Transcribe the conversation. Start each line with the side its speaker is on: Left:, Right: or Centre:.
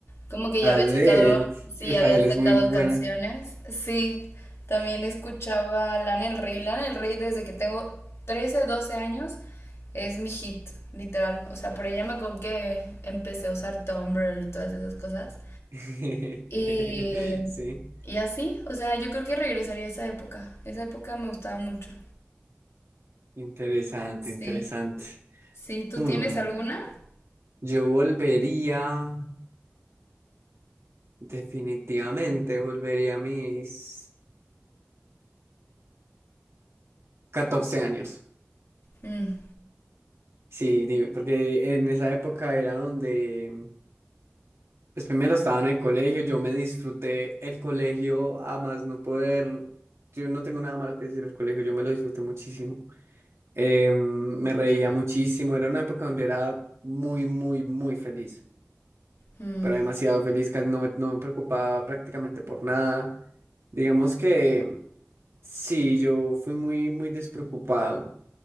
Left: como que
Right: Adele,
Left: ya había sacado, sí,
Right: uf,
Left: había
Right: Adele
Left: sacado
Right: es muy buena.
Left: canciones. Sí, también escuchaba Lana del Rey, Lana del Rey desde que tengo 13 12 años es mi hit, literal. O sea, por ella me acuerdo que empecé a usar Tumblr y todas esas cosas.
Right: <laughs>
Left: Y,
Right: Sí,
Left: y así, o sea, yo creo que regresaría a esa época. Esa época me gustaba mucho.
Right: interesante,
Left: Sí.
Right: interesante.
Left: Sí, ¿tú
Right: Mm,
Left: tienes alguna?
Right: yo volvería, definitivamente volvería a mis catorce años.
Left: Mm,
Right: Sí, di- porque en esa época era donde, pues primero estaba en el colegio, yo me disfruté el colegio a más no poder, yo no tengo nada malo que decir del colegio, yo me lo disfruté muchísimo. Em, me reía muchísimo, era una época donde era muy, muy, muy feliz,
Left: mm,
Right: pero demasiado feliz, casi no me, no me preocupaba prácticamente por nada. Digamos que... Sí, yo fui muy, muy despreocupado